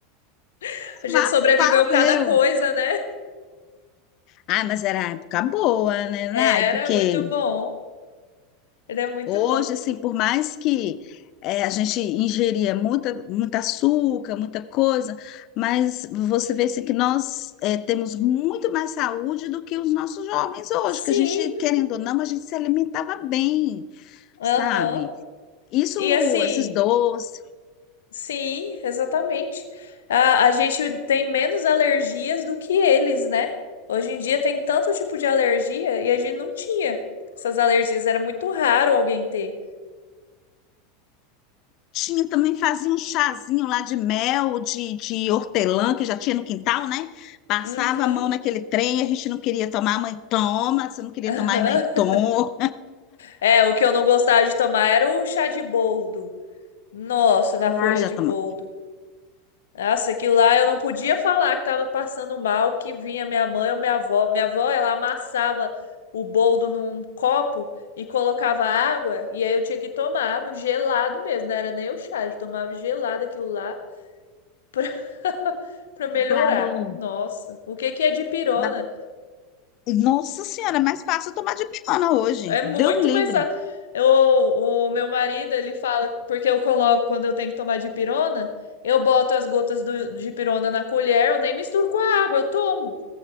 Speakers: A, on the left; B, on the left.
A: <laughs> a gente
B: mafar
A: sobreviveu cada
B: mesmo.
A: coisa, né?
B: Ai, mas era a época boa, né, Nai?
A: Era
B: Porque
A: muito bom. Ele é muito
B: hoje,
A: bom.
B: assim, por mais que eh, a gente ingeria muita, muito açúcar, muita coisa, mas você vê assim, que nós eh, temos muito mais saúde do que os nossos jovens hoje,
A: Sim,
B: que a gente, querendo ou não, a gente se alimentava bem,
A: aham.
B: sabe? Isso,
A: E assim,
B: esses doces.
A: sim, exatamente. A, a gente tem menos alergias do que eles, né? Hoje em dia tem tanto tipo de alergia e a gente não tinha essas alergias. Era muito raro alguém ter.
B: Tinha também, fazia um chazinho lá de mel, de, de hortelã, que já tinha no quintal, né? Passava
A: Uhum.
B: a mão naquele trem, a gente não queria tomar, mãe toma, se não queria
A: aham.
B: tomar, mãe toma.
A: <laughs> É, o que eu não gostava de tomar era o chá de boldo. Nossa,
B: Ah,
A: da folha
B: já
A: de
B: toma.
A: boldo. Nossa, aquilo lá eu não podia falar que tava passando mal, que vinha minha mãe ou minha avó. Minha avó, ela amassava o boldo num copo e colocava água, e aí eu tinha que tomar gelado mesmo, não era nem o chá, eu tomava gelado aquilo lá pra, <laughs> pra melhorar.
B: Pra não.
A: Nossa, o que que é dipirona?
B: ba- Nossa Senhora, é mais fácil tomar de pirona hoje.
A: É muito
B: Deus me livre.
A: mais fácil. Eu, o meu marido, ele fala, porque eu coloco quando eu tenho que tomar dipirona, eu boto as gotas do, de pirona na colher, eu nem misturo com a água, eu tomo.